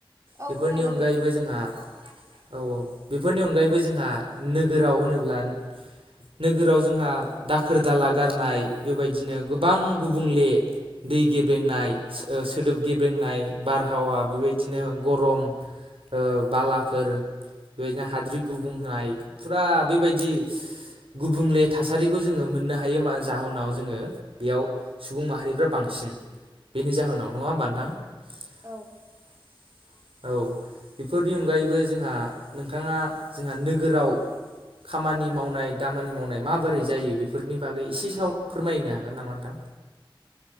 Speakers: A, on the right (about 35°); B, on the right (about 90°).
A: औ
B: बेफोरनि
A: खोनादों
B: अनगायैबो
A: दे
B: जोंहा औ औ बेफोरनि अनगायैबो जोंहा नोगोराव होनोब्ला नोगोराव जोंहा दाखोर-दाला गारनाय बेबायदिनो गोबां गुबुंले दै गेब्लेंनाय सो ओ सोदोब गेब्रेंनाय बारहावा बेबायदिनो गरम ओ बालाफोर बेबायदिनो हाद्रि गुबुं होनाय फुरा बेबायदि गुबुंले थासारिखौ जोङो मोननो हा हायो जाहोनाव जोङो बेयाव सुबुं माहारिफ्रा बांसिन बेनि जाहोनाव नङा होमबा नोंथां
A: औ
B: <unintelligible> औ बेफोरनि अनगायैबो जोंहा नोंथाङा जोंहा नोगोराव खामानि मावनाय दामानि मावनाय माबोरै जायो बेफोरनि बागै एसे साव फोरमायनो हागोन नामा नोंथां।